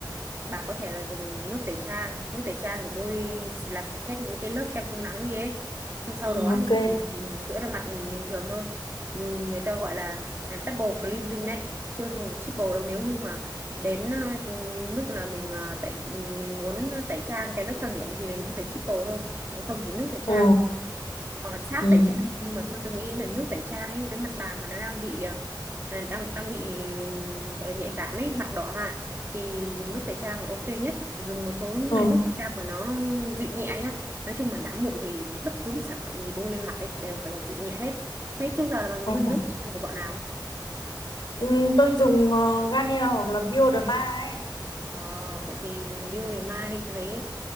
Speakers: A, on the right (about 30°); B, on the left (about 65°).
A: bà có thể là dùng nước tẩy trang nước tẩy trang để bôi làm sạch hết những cái lớp kem chống nắng đi ấy xong sau
B: Ừ,
A: đó
B: ok.
A: thì sữa rửa mặt bình thường thôi Ừ, người ta gọi là là double cleansing đấy chưa không phải triple đâu nếu như mà đến ờ, mức là mình ờ, tẩy mình, mình muốn tẩy trang cái lớp trang điểm thì mình phải triple thôi Nó không chỉ nước tẩy trang
B: ờ
A: hoặc là sáp
B: ừ,
A: tẩy trang nhưng mà thôi tôi nghĩ là nước tẩy trang ấy với mặt bàn mà nó đang bị ờ, à, đang đang bị gọi là nhạy cảm ấy mặt đỏ mà thì dùng nước tẩy trang là ok nhất dùng một số
B: ờ
A: loại nước tẩy trang mà nó dịu nhẹ nhá nói chung là đám mụn thì bất cứ một sản phẩm gì bôi lên mặt ấy đều phải là dịu nhẹ hết thế trước giờ là bạn dùng
B: ờ
A: nước tẩy trang của bọn nào
B: Ừ, Tôi dùng ờ, Garnier hoặc là Bioderma ấy.
A: Ờ, vậy thì dùng biêu để ma đi tôi thấy